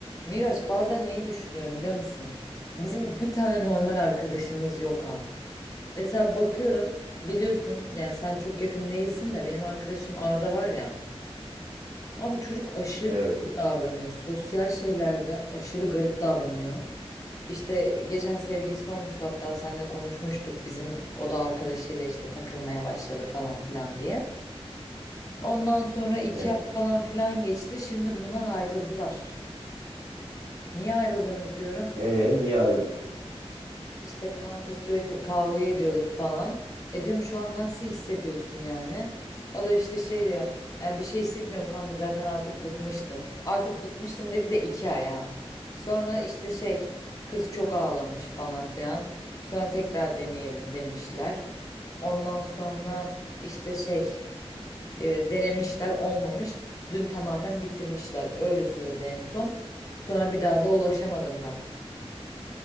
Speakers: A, on the left; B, on the right.
A: Miraç bazen neyi düşünüyorum biliyor musun? Bizim bir tane normal arkadaşımız yok ha. Mesela bakıyorum biliyorsun yani sen çok yakın değilsin de benim arkadaşım Arda var ya. Abi çocuk aşırı
B: Evet.
A: garip davranıyor. Sosyal şeylerde aşırı garip davranıyor. İşte geçen sevgilisi olmuştu hatta seninle konuşmuştuk. Bizim o da arkadaşıyla işte takılmaya başladı falan filan diye. Ondan sonra iki
B: He.
A: ay falan filan geçti. Şimdi bunlar ayrıldılar. Niye ayrıldınız diyorum.
B: Ee, niye ayrıldık?
A: İşte kanka sürekli kavga ediyorduk falan. E diyorum şu an nasıl hissediyorsun yani? O da işte şey diyor. Yani bir şey hissetmiyorum kanka zaten artık bıkmıştım. Artık bıkmıştım dedi de iki ay ha. Sonra işte şey kız çok ağlamış falan filan. Sonra tekrar deneyelim demişler. Ondan sonra işte şey e, denemişler olmamış. Dün tamamen bitirmişler. Öyle söyledi en son. Sonra bir daha da ulaşamadım ben.